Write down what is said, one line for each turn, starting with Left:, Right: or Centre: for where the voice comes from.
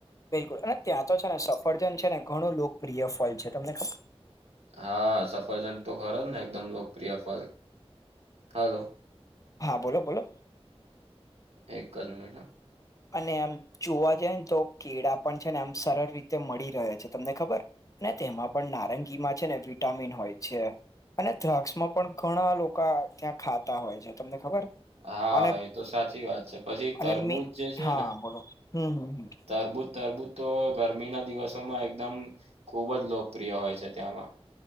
Left: બિલકુલ અને ત્યાં તો છે ને સફરજન છે ને ઘણું લોકપ્રિય ફળ છે તમને ખબર.
Right: હા સફરજન્ટ તો ખરો ને એકદમ લોકપ્રિય ફળ હલો.
Left: હા બોલો બોલો
Right: એક ક જમીટ
Left: અને એમ જોવા જાયને તો કેળા પણ છે ને એમ સરળ રીતે મળી રહે છે તમને ખબર ને તેમાં પણ નારંગીમાં છે ને વિટામિન હોય છે. અને દ્રગ્સમાં પણ ઘણા લોકો ત્યાં ખાતા હોય છે તમને ખબર.
Right: હા
Left: અને
Right: એ તો સાચી વાત છે પછી તરબૂજ
Left: અને મે
Right: જે છે
Left: હા
Right: ને
Left: બરો હમ હમ હ
Right: તરબૂજ તરબૂજ તો ગરમીના દિવસોમાં એકદમ ખુબ જ લોકપ્રિય હોય છે ત્યાંમાં